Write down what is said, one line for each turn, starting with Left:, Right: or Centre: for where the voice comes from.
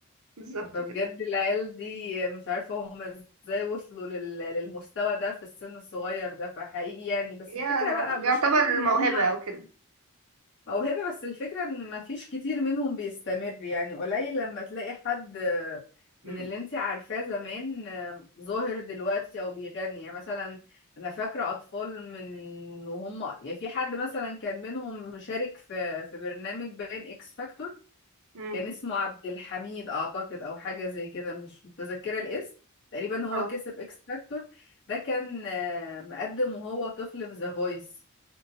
Right: بالظبط
Left: فبجد
Right: كده
Left: العيال دي مش عارفة هما ازاي وصلوا لل- للمستوى ده في السن الصغير ده فحقيقي يعني بس
Right: يا-
Left: الفكرة بقى
Right: يعتبر
Left: مشكلتي ان
Right: موهبة
Left: هما
Right: أو كده
Left: موهبة بس الفكرة ان مفيش كتير منهم بيستمر يعني قليل لما تلاقي حد
Right: مم.
Left: من اللي انت عارفاه زمان ظاهر دلوقتي او بيغني يعني مثلا انا فاكرة اطفال من وهم يعني في حد مثلا كان منهم مشارك في في برنامج باين اكس فاكتور
Right: مم.
Left: كان اسمه عبد الحميد اعتقد او حاجة زي كده مش متذكرة الاسم تقريبا هو
Right: اه
Left: كسب اكس فاكتور ده كان آه، مقدم وهو طفل في ذا فويس